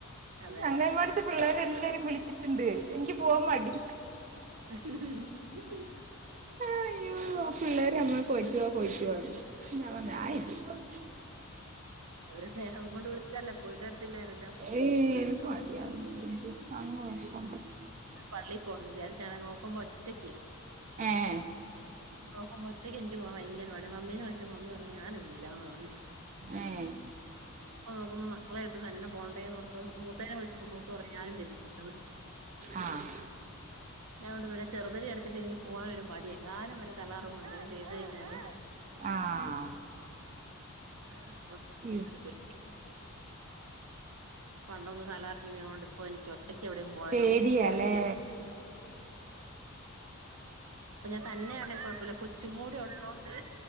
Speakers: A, on the right; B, on the right.
A: അതെല്ലേ
B: അംഗൻവാടിത്തെ പിള്ളേരെ എല്ലാരും വിളിച്ചു ച്ച്ണ്ട് എനിക്ക് പോവാൻ മടി
A: ഉ
B: അയ്യോ ആ പിള്ളേര് അമ്മള് പോയിട്ട് വാ പോയിട്ടുവാർഞ് ഞാ വർഞ് ഞാ <unintelligible>
A: ഒരു സ്നേഹം കൊണ്ട് വിളിച്ചതല്ല പോയിട്ട് വരത്തില്ലായിരുന്നോ
B: എനിക്ക് മടിയ <unintelligible>
A: പള്ളിയി പോണംന്ന് വിചാരിച്ചാണെ നോക്കുമ്പോ ഒറ്റയ്ക്ക്
B: ഏഹ്
A: <unintelligible> മൊറ്റയ്ക്ക് ഇൻക്ക് പോവാൻ ഭയങ്കര മടി മമ്മിനെ വിളിച്ച മമ്മി പറഞ് ഞാനങ്ങും ഇല്ലന്ന് പറഞ്ഞു
B: ഏഹ്
A: അപ്പനോക്കുമ്പോ മക്കളെട്ത്ത് തന്നെ പോണ്ടേന്ന് ഓർത്ത് മൂത്തനെ വിളിച്ചപ്പോ മൂത്ത പറഞ്ഞു ഞാനും വരുന്നു പിന്നത്
B: ആഹ്
A: ഞാഓണ്ട് പിന്നെ ചെറുതിനെ ഞാഎട്ത്തിട്ട് എനിക്ക് പോകാനൊരു മടി എങ്ങാനും വല്ല തലാറും വന്ന് ചെയ്ത്കഴിഞ്ഞാല്
B: ആഹ്
A: അപ്പം
B: അയ്യോ
A: ആനെപ്പോയി പണ്ടൊന്ന് തലകറങ്ങി വീണോണ്ട് ഇപ്പൊ എനിക്ക് ഒറ്റക്ക് എവിടെയും പോവാ ഒരു
B: പേടിയാല്ലേ
A: മടിയാ ഇപ്പ ഞാൻ തന്നെയാണെങ്കി കൊഴപ്പവില്ല കൊച്ചും കൂടെ ഉള്ളോണ്ട്